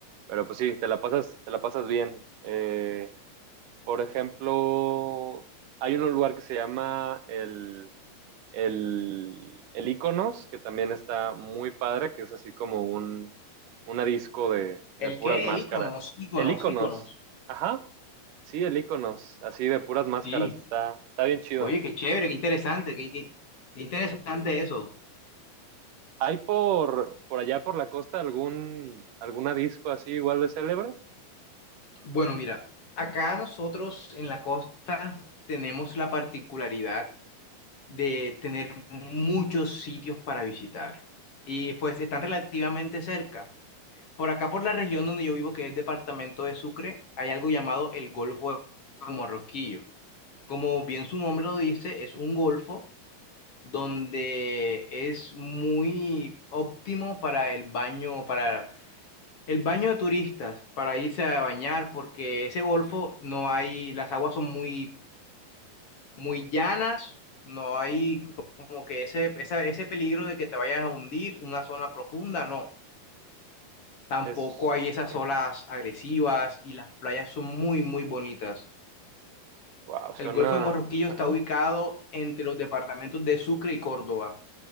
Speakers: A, on the right (about 70°); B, on the left (about 45°).
A: pero pues sí, te la pasas, te la pasas bien. Eh, por ejemplo, hay un lugar que se llama el el, el Iconos, que también está muy padre, que es así como un una disco de, de
B: ¿El
A: puras
B: qué?
A: máscaras.
B: El iconos, iconos,
A: El Iconos,
B: iconos.
A: ajá, sí, el Iconos, así de puras máscaras,
B: Sí.
A: está, está bien chido.
B: Oye, qué chévere, qué interesante, qué, qué- qué interesante eso.
A: ¿Hay por, por allá por la costa algún alguna disco así igual de célebre?
B: Bueno, mira, acá nosotros en la costa tenemos la particularidad de tener muchos sitios para visitar y pues están relativamente cerca. Por acá, por la región donde yo vivo, que es departamento de Sucre, hay algo llamado el Golfo de Morrosquillo. Como bien su nombre lo dice, es un golfo donde es muy óptimo para el baño, para el baño de turistas, para irse a bañar, porque ese golfo no hay, las aguas son muy, muy llanas, no hay como que ese, esa- ese peligro de que te vayas a hundir una zona profunda, no. Tampoco
A: Es,
B: hay esas
A: ok,
B: olas agresivas y las playas son muy, muy bonitas.
A: wow, suena,
B: El Golfo de Morrosquillo
A: ajá,
B: está ubicado entre los departamentos de Sucre y Córdoba.